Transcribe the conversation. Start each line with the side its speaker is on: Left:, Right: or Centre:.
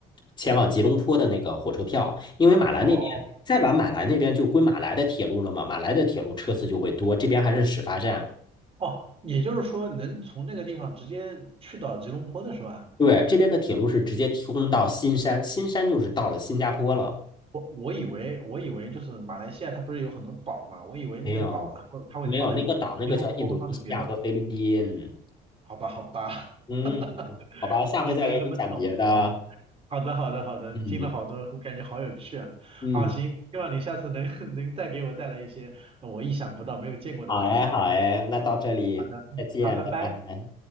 Left: 前往吉隆坡的那个火车票，因为马来那边再往马来那边就归马来的铁路了嘛，
Right: 哦
Left: 马来的铁路车次就会多，这边还是始发站。
Right: 哦，也就是说能从那个地方直接去到吉隆坡的是吧？
Left: 对，这边的铁路是直接提供到新山，新山就是到了新加坡了。
Right: 我以为我以为就是马来西亚它不是有很多岛嘛，我以为那个岛然后它会放在吉隆坡会放在别的，
Left: 没有，没有，那个岛那个叫印度尼西亚和菲律宾。
Right: 好吧好吧，
Left: 嗯，
Right: <laughs>
Left: 好吧，下回再给你讲别的。
Right: 我没有那么懂哦。好的好的好的，
Left: 嗯
Right: 听了好多，我感觉好有趣啊。
Left: 嗯。
Right: 好行，希望你下次能 <laughs> 能再给我带来一些我意想不到没有见过的东西。
Left: 好哎，好哎，
Right: 嗯，
Left: 那到这里，
Right: 好的，嗯，
Left: 再见，
Right: 好，拜拜。
Left: 拜拜。